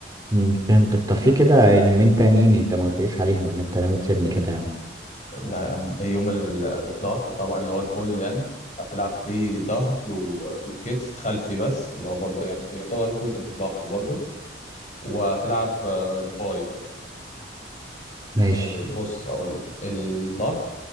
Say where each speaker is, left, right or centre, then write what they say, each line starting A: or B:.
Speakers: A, on the right; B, on the left.
A: امم فهمتك طب في كده يومين تانيين انت ما قلتليش عليهم ولا انت ناوي تسيبني كده يا عم
B: لا أم- يوم ال- الظهر طبعا اللي هو البول يعني هتلعب فيه ظهر و- وكتف خلفي بس اللي هو برضه يعني يعتبر جزء من الظهر برضه وهتلعب آه، الباي بقى
A: ماشي
B: آه، بص اقول لك الظهر